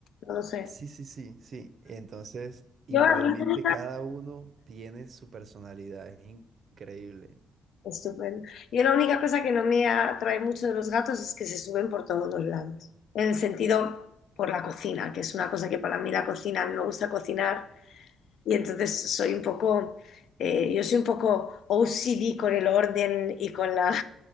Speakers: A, on the left (about 70°); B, on the right (about 55°).
A: no lo sé.
B: Sí, sí, sí, sí. Entonces, igualmente
A: Yo a mí
B: cada uno tiene su personalidad, es in- increíble.
A: Estupendo. Yo la única cosa que no me atrae mucho de los gatos es que se suben por todos los lados. En el sentido por la cocina, que es una cosa que para mí la cocina, a mí me gusta cocinar y entonces soy un poco, eh, yo soy un poco O C D con el orden y con la,